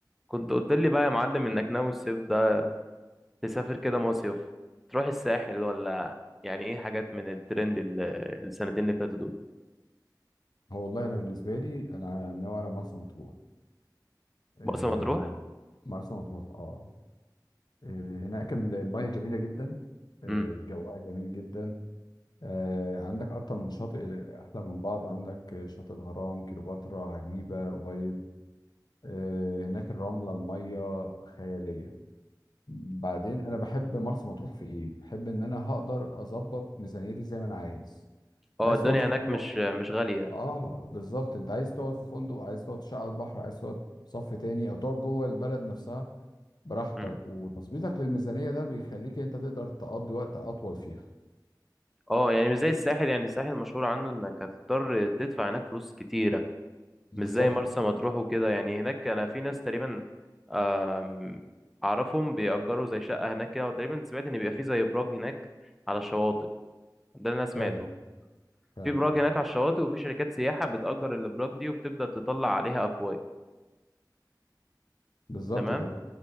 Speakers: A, in the centre; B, on the left.
A: كنت قلت لي بقى يا معلم انك ناوي الصيف ده تسافر كده مصيف تروح الساحل ولا يعني ايه حاجات من الترند ال- السنتين اللي فاتوا دول
B: هو والله انا بالنسبه لي انا ناوي على مرسى مطروح آه،
A: مرسى مطروح
B: مرسى مطروح اه آه، هناك ال- المياه جميله جدا آه،
A: امم
B: جوها جميل جدا آه، عندك اكتر من شاطئ احلى من بعض عندك شاطئ الغرام كليوباترا عجيبه أبيض آه، هناك الرمله المياه خياليه بعدين انا بحب مرسى مطروح في ايه بحب ان انا هقدر اظبط ميزانيتي زي ما انا عايز
A: اه
B: عايز
A: الدنيا
B: تقعد في
A: هناك
B: فندق
A: مش مش غالية
B: اه بالظبط انت عايز تقعد في فندق عايز تقعد تشعل على البحر عايز تقعد صف تاني او تقعد جوه البلد نفسها براحتك
A: امم
B: وتظبيطك للميزانية ده بيخليك انت تقدر تقضي وقت اطول فيها
A: اه يعني مش زي الساحل يعني الساحل مشهور عنه انك هتضطر تدفع هناك فلوس كتيرة
B: بالظبط
A: مش زي مرسى مطروح وكده يعني هناك انا في ناس تقريبا آم، اعرفهم بيأجروا زي شقة هناك كده وتقريبا سمعت ان بيبقى في زي ابراج هناك على الشواطئ ده اللي انا سمعته
B: فعلا فعلا
A: في براك هناك على الشواطئ وفي شركات سياحة بتأجر الأبراج دي وبتبدأ تطلع عليها أفواج
B: بالظبط
A: تمام
B: كده